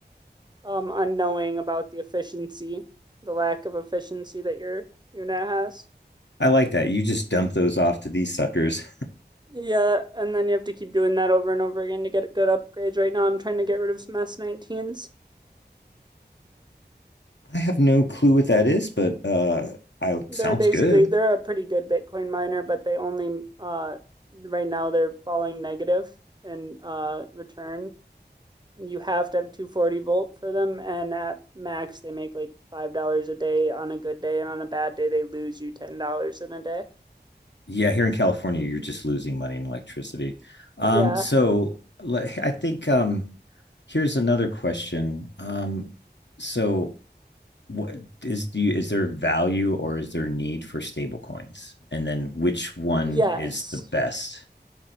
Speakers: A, on the right (about 25°); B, on the left (about 85°).
A: um, unknowing about the efficiency, the lack of efficiency that your unit has.
B: I like that. You just dump those off to these suckers.
A: Yeah, and then you have to keep doing that over and over again to get good upgrades. Right now, I'm trying to get rid of some S19s.
B: I have no clue what that is, but uh I
A: They're
B: sounds
A: basically
B: good.
A: they're a pretty good Bitcoin miner, but they only uh right now they're falling negative in uh return. You have to have 240 volt for them, and at max they make like five dollars a day on a good day, and on a bad day they lose you ten dollars in a day.
B: Yeah, here in California, you're just losing money in electricity. Um,
A: Yeah.
B: so like, I think um Here's another question. Um, so what is do you is there value or is there need for stable coins? And then which one
A: Yes.
B: is the best